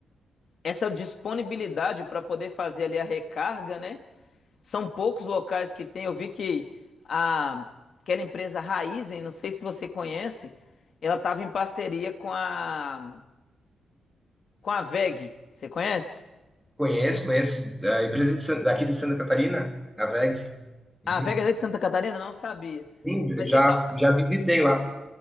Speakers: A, on the left; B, in the centre.
A: essa disponibilidade para poder fazer ali a recarga, né? São poucos locais que tem. Eu vi que a, aquela empresa Raizen, não sei se você conhece, ela estava em parceria com a, com a WEG. Você conhece?
B: Conheço, conheço a empresa de San- daqui de Santa Catarina, a WEG.
A: Ah,
B: Uhum.
A: a WEG é de Santa Catarina? Não sabia.
B: Sim,
A: Mas
B: já
A: então,
B: já visitei lá.